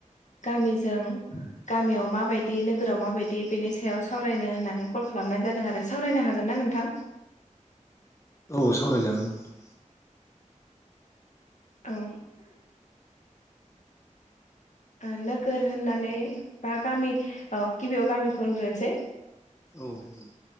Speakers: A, on the left; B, on the left.
A: गामिजों गामियाव माबायदि नोगोराव माबायदि बेनि सायाव सावरायनो होननानै कल खालामनाय जादों आरो सावरायनो हागोन ना नोंथां?
B: औ सावरायजागोन नोंथां
A: औ ओ नोगोर होननानै बा गामि औ गिबियाव गामिखौ होनग्रोनोसै।
B: औ दे बुं